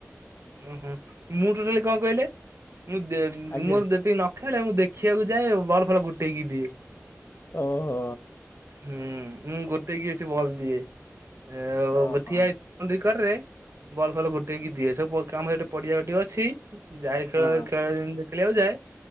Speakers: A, on the right (about 60°); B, on the left (about 50°).
A: ଓହୋ ମୁଁ ଟୋଟାଲି କଣ କହିଲେ? ମୁଁ ଦେ ମୋର
B: ଆଜ୍ଞା
A: ଯେତିକି ନ ଖେଳେ ମୁଁ ଦେଖିବାକୁ ଯାଏ। ବଲ ଫଲ ଗୋଟେଇକି ଦିଏ।
B: ଓହୋ
A: ହୁଁ ମୁଁ ଗୋଟେଇକି ଅସି କି ବଲ ଦିଏ। ଆଉ
B: ଓହୋ
A: ଠିଆ ବାଉଡିଙ୍ଗ କରେ ବଲ ଫଲ ଗୋଟେକି ଦିଏ। ସବୁ ପ ଆମର ସେଟି ପଡ଼ିଆ ଗୋଟିଏ ଅଛି। ଯାଏ ଖେଳାଳି
B: ହଁ
A: ଖେଳ ଖେଳିବାକୁ ଯାଏ।